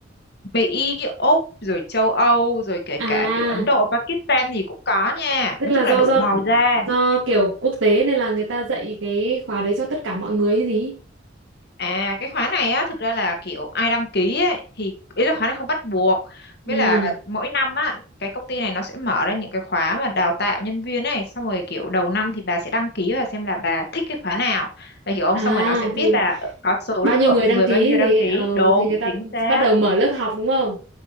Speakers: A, on the left; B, on the right.
A: Mỹ, Úc rồi châu Âu rồi kể
B: À,
A: cả kiểu Ấn Độ, Pakistan gì cũng có nha.
B: tức
A: Nói
B: là
A: chung là
B: do
A: đủ
B: do
A: màu da.
B: do kiểu quốc tế nên là người ta dạy cái khóa đấy cho tất cả mọi người ấy gì?
A: À cái khóa này á thực ra là kiểu ai đăng ký ấy, thì ý là khóa này không bắt buộc
B: Ừ.
A: với là mỗi năm á cái công ty này nó sẽ mở ra những cái khóa mà đào tạo nhân viên ấy xong rồi kiểu đầu năm thì bà sẽ đăng ký và xem là bà thích cái khóa nào bà hiểu không
B: À
A: xong rồi nó sẽ biết
B: thì
A: là có số
B: bao
A: lượng
B: nhiêu người đăng
A: người
B: ký
A: bao nhiêu đăng
B: gì
A: ký
B: ờ,
A: đúng
B: thì người ta
A: chính xác
B: bắt đầu mở lớp học đúng không?